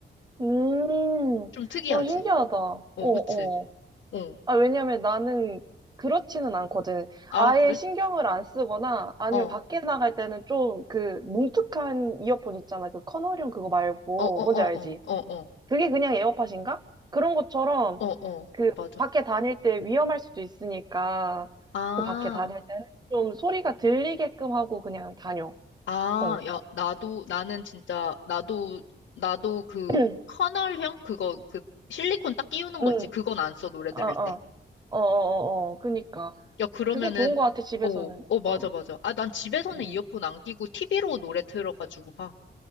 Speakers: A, on the right; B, on the left.
A: 음,
B: 좀 특이하지?
A: 어, 신기하다. 어,
B: 어,
A: 어.
B: 그치? 어.
A: 아, 왜냐면 나는 그렇지는 않거든.
B: 아,
A: 아예
B: 그래?
A: 신경을 안 쓰거나 아니면
B: 어. 어,
A: 밖에 나갈 때는 좀 그 뭉툭한 이어폰 있잖아. 그 커널형 그거 말고.
B: 어, 어, 어,
A: 뭔지 알지?
B: 어, 어,
A: 그게 그냥 에어팟인가? 그런 것처럼
B: 어, 어. 맞아.
A: 밖에 다닐 때 위험할 수도 있으니까
B: 아,
A: 그 밖에 다닐 때는 좀 소리가 들리게끔 하고 그냥 다녀.
B: 아,
A: 어.
B: 야, 나도, 나는 진짜, 나도, 나도 그
A: <clears throat>
B: 커널형? 그거, 그 실리콘 딱 끼우는
A: 응,
B: 거 있지? 그건 안 써, 노래 들을
A: 어, 어,
B: 때.
A: 어, 어, 어, 어. 그니까.
B: 야, 그러면은,
A: 그게 좋은 것 같아, 집에서는.
B: 어, 어, 맞아,
A: 어,
B: 맞아. 아, 난 집에서는
A: 응.
B: 이어폰
A: 응.
B: 안 끼고 TV로 노래 틀어가지고 봐.